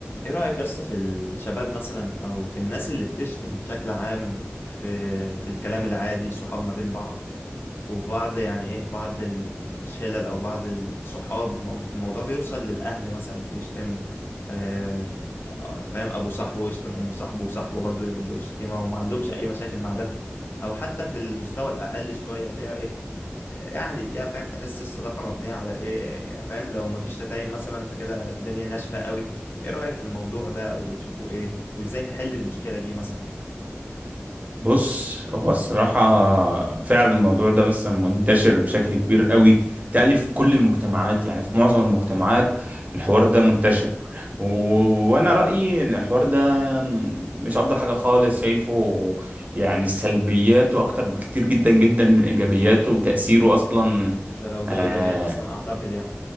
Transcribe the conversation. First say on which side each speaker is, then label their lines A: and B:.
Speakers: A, on the left; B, on the right.
A: ايه رأيك يا اسطى في الشباب مثلا او في الناس اللي بتشتم بشكل عام في في الكلام العادي صحاب ما بين بعض وفي بعض يعني ايه بعض الشلل او بعض الصحاب مو- الموضوع بيوصل للاهل مثلا يشتم آم، آه، فاهم ابو صاحبه ويشتم ام صاحبه وصاحبه برضه يرد له الشتيمه وما عندهمش اي مشاكل مع ده او حتى في المستوى الاقل شويه اللي هي ايه يعني اللي هي فاهم تحس الصداقة مبنية على ايه يعني فاهم لو مفيش تدين مثلا فكده الدنيا ناشفة قوي ايه رأيك في الموضوع ده او بتشوفه ايه وازاي نحل المشكلة دي مثلا
B: بص هو الصراحة فعلا الموضوع ده مثلا منتشر بشكل كبير قوي تقلي في كل المجتمعات يعني في معظم المجتمعات الحوار ده منتشر و... وأنا رأيي إن الحوار ده مش أفضل حاجة خالص شايفه يعني سلبياته أكتر بكتير جدا جدا من إيجابياته وتأثيره أصلا
A: ده لو له
B: آه،
A: ايجابيات اصلا اعتقد يعني